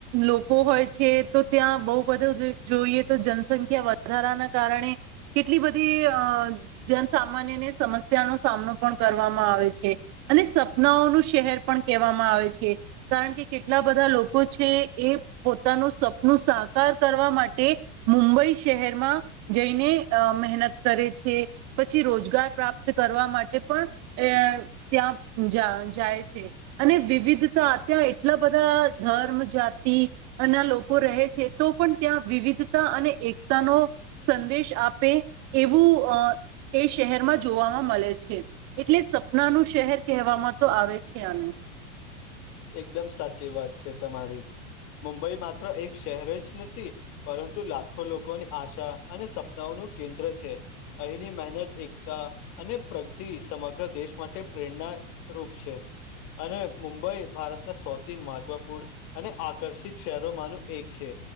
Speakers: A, on the right; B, on the left.
A: લોકો હોય છે તો ત્યાં બહુ બધું જોઈએ તો જનસંખ્યા વધારાના કારણે કેટલી બધી અ જનસામાન્ય ને સમસ્યાનો સામનો પણ કરવામાં આવે છે. અને સપનાઓનું શહેર પણ કહેવામાં આવે છે. કારણ કે કેટલા બધા લોકો છે એ પોતાનું સપનું સાકાર કરવા માટે મુંબઈ શહેરમાં જઈને અ મહેનત કરે છે. પછી રોજગાર પ્રાપ્ત કરવા માટે પણ અ ત્યાં જા જાય છે. અને વિવિધતા અ ત્યાં એટલા બધા ધર્મ જાતિ ના લોકો રહે છે તો પણ ત્યાં વિવિધતા અને એકતાનો સંદેશ આપે એવું અ એ શહેરમાં જોવાવામાં મળે છે એટલે સપના નું શહેર કહેવામાં તો આવે છે આને
B: એકદમ સાચી વાત છે તમારી મુંબઈ માત્ર એક શહેર જ નથી પરંતુ લાખો લોકોની આશા અને સપનાઓનું કેન્દ્ર છે. અહીંની મહેનત એકતા અને પ્રગતિ સમગ્ર દેશ માટે પ્રેરણા રૂપ છે અને મુંબઈ ભારતના સૌથી મહત્વપૂર્ણ અને આકર્ષિત શહેરોમાંનું એક છે.